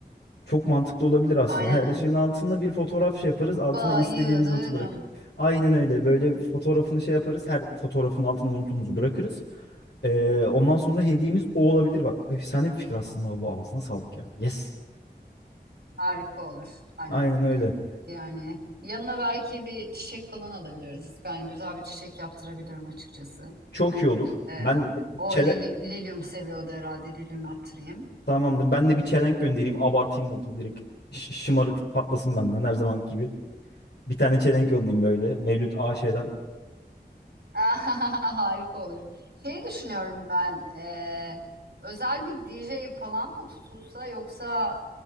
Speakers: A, on the left; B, on the right.
A: Çok mantıklı olabilir aslında.
B: Aynen.
A: Her ışığın altında bir fotoğraf şey yaparız.
B: Bayılırım.
A: Altına istediğimiz notu bırak. Aynen öyle. Böyle fotoğrafını şey yaparız. Her fotoğrafın altına notumuzu bırakırız. Ee, ondan sonra hediyemiz o olabilir. Bak, efsane bir fikir aslında. Bu ağzına sağlık ya. Yes.
B: Harika olur. Aynen.
A: Aynen öyle.
B: Yani yanına belki bir çiçek falan alabiliriz. Ben güzel bir çiçek yaptırabilirim açıkçası.
A: Çok iyi olur.
B: Ee,
A: Ben
B: o o
A: çele
B: lili- lilyum seviyordu herhalde. Lilyum yaptırayım.
A: Tamamdır. Ben de bir çelenk göndereyim. Abartayım ortalığı direkt. Ş- şımarıklık patlasın benden her zamanki gibi. Bir tane çelenk yollayayım böyle. Mevlüt AŞ'den.
B: <laughs> Harika olur. Şeyi düşünüyorum ben. e, özel bir DJ falan mı tutulsa yoksa